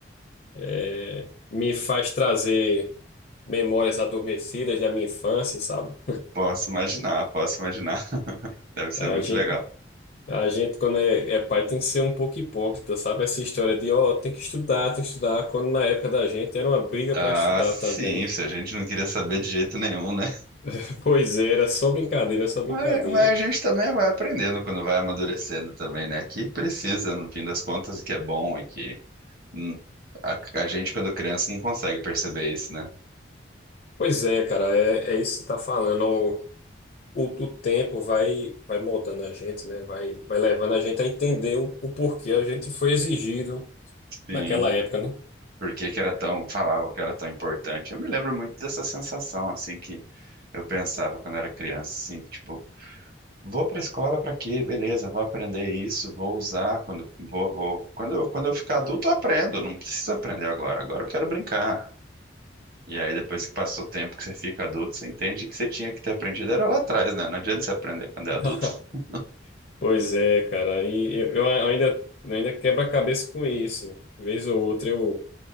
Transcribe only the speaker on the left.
é, me faz trazer memórias adormecidas da minha infância, sabe?
A
gente,
a gente quando é, é pai, tem que ser um pouco hipócrita, sabe? Essa história de, ó, tem que estudar, tem que estudar, quando na época da gente era uma briga
para estudar
também.
<laughs> Pois é, era só brincadeira, só brincadeira.
Pois é, cara, é, é isso que você tá falando. o, o tempo vai, vai moldando a gente, né? Vai, vai levando a gente a entender o, o porquê a gente foi exigido
naquela época, né?
<laughs>
Pois é, cara. E eu, eu ainda, ainda quebro a cabeça com isso. Vez ou outra eu,